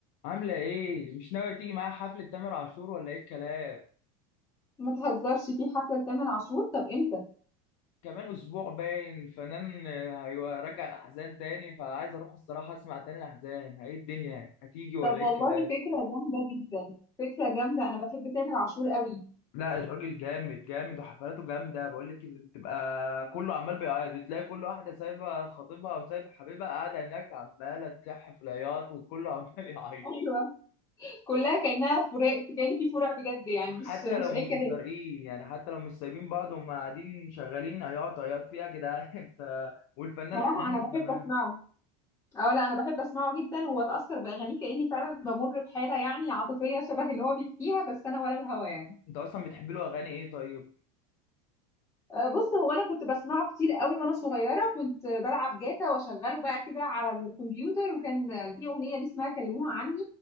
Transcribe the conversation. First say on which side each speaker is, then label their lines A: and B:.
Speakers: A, on the left; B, on the left.
A: عاملة إيه؟ مش ناوية تيجي معايا حفلة تامر عاشور ولا إيه الكلام؟
B: ما تهزرش في حفلة لتامر عاشور طب امتى
A: كمان أسبوع باين الفنان آه، هيرجع الأحزان تاني فعايز أروح الصراحة أسمع تاني الأحزان، إيه الدنيا؟ هتيجي ولا
B: طب والله
A: إيه الكلام؟
B: فكرة جامدة جدا فكرة جامدة انا بحب تامر عاشور قوي
A: لا الراجل جامد جامد وحفلاته جامدة بقول لك كده بتبقى كله عمال بيعيط بتلاقي كل واحدة سايبة خطيبها وسايبة حبيبها قاعدة هناك عمالة تلح في العياط وكله عمال يعيط.
B: ايوه كلها كأنها فراق كأن في فراق بجد يعني
A: حتى
B: مش مش
A: لو
B: اي
A: مش
B: كلام
A: مفارقين يعني حتى لو مش سايبين بعض هم قاعدين شغالين عياط عياط فيها يا جدعان <laughs> ف... والفنان
B: صراحة
A: حزين
B: انا بحب
A: كمان
B: اسمعه اه لا انا بحب اسمعه جدا وبتأثر بأغانيه كأني فعلا بمر بحالة يعني عاطفية شبه اللي هو بيحكيها بس انا ولا الهوى
A: انت اصلا بتحب له اغاني ايه طيب
B: آه، بص هو انا كنت بسمعه كتير قوي وانا صغيره كنت بلعب جاتا واشغله بقى كده على الكمبيوتر وكان في اغنيه ليه اسمها كلموها عني